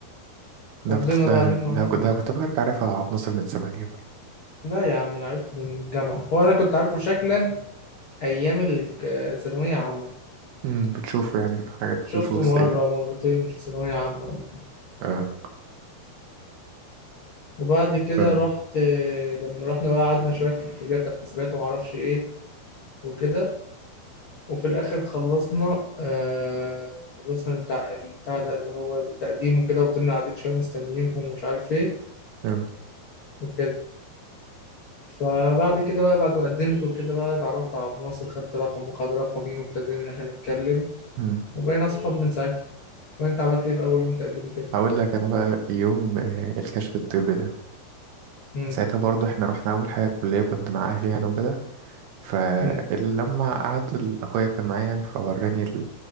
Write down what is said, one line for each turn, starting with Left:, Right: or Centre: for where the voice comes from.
Right: ده
Left: وفضلنا
Right: كنت ده
Left: قاعدين معاهم
Right: ده كنت ده كنت فاكر عارفها عبد الناصر من زمان يعني
Left: لا يا عم انا عرفته من الجامعه هو انا كنت عارفه شكلا ايام الك- الثانويه عامه
Right: مم. بتشوفه يعني في حاجات
Left: شفته
Right: دروس
Left: مره
Right: زي كده
Left: مرتين في ثانويه عامه
Right: اه
Left: وبعد كده
Right: ف
Left: رحت لما رحنا بقى قعدنا شويه في الكليه بتاعت حسابات وما اعرفش ايه وكده وفي الاخر خلصنا آه خلصنا بتاع البتاع ده اللي هو التقديم وكده وفضلنا قاعدين شويه مستنيينهم ومش عارف ايه
Right: آه.
Left: وكده فبعد كده بقى بعد ما قدمت وكده بقى اتعرفت على عبد الناصر خدت رقمه وخد رقمي وابتدينا ان احنا نتكلم
Right: مم.
Left: وبقينا اصحاب من ساعتها وانت عملت ايه في اول يوم تقديم كده
Right: هقول لك انا بقى يوم آه، الكشف الطبي ده
Left: امم
Right: ساعتها برضو احنا رحنا اول حاجه الكليه كنت مع اهلي يعني وكده فلما
Left: امم
Right: قعد ال- اخويا كان معايا يعني فوراني